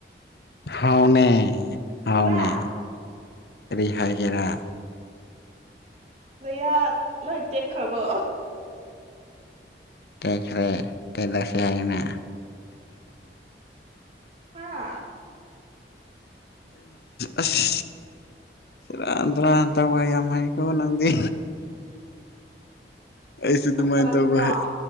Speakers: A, on the left; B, on the right.
A: ꯍꯥꯎꯅꯦ ꯍꯥꯎꯅꯦ
B: ꯈꯨꯔꯥ
A: ꯀꯔꯤ ꯍꯥꯏ ꯒꯦꯔꯥ
B: ꯅꯌꯥ ꯂꯣꯏ ꯇꯦꯛꯈ꯭ꯔꯕꯣ
A: ꯇꯦꯛꯈ꯭ꯔꯦ ꯀꯩꯗꯧꯁꯦ ꯍꯥꯏꯅꯣ
B: ꯍꯥ
A: ꯑꯁ ꯁꯦꯔꯥꯟ ꯇꯨ ꯔꯥꯟ ꯇꯧꯕ ꯌꯥꯝ ꯍꯩꯀꯣ ꯅꯪꯗꯤ ꯑꯩꯁꯨ ꯑꯗꯨꯃꯥꯏ
B: ꯀꯜꯂꯛꯄ꯭ꯔꯣ
A: ꯇꯧꯕ ꯍꯩ